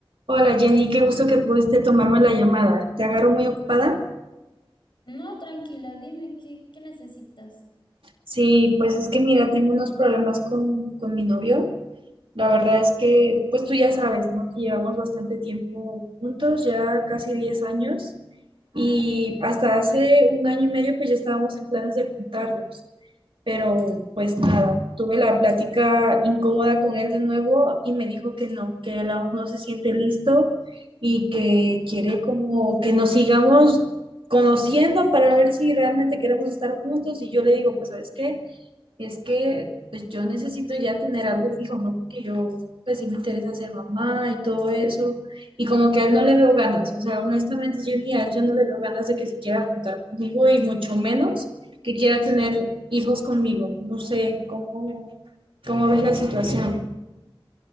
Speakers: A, on the right; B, on the left.
A: Hola Jenny, qué gusto que pudiste tomarme la llamada. ¿Te agarro muy ocupada?
B: No, tranquila, dime qué, qué necesitas.
A: Sí, pues es que mira, tengo unos problemas con, con mi novio. La verdad es que, pues tú ya sabes, ¿no? Que llevamos bastante tiempo juntos, ya casi 10 años. Y hasta hace un año y medio pues ya estábamos en planes de juntarnos, pero pues nada, tuve la plática incómoda con él de nuevo y me dijo que no, que él aún no se siente listo y que quiere como que nos sigamos conociendo para ver si realmente queremos estar juntos y yo le digo, pues ¿sabes qué? Es que pues yo necesito ya tener algo fijo, ¿no? Porque yo pues sí me interesa ser mamá y todo eso. Y como que a él no le veo ganas. O sea, honestamente yo ni a él yo no le veo ganas de que se quiera juntar conmigo y mucho menos que quiera tener hijos conmigo. No sé cómo, cómo ves la situación.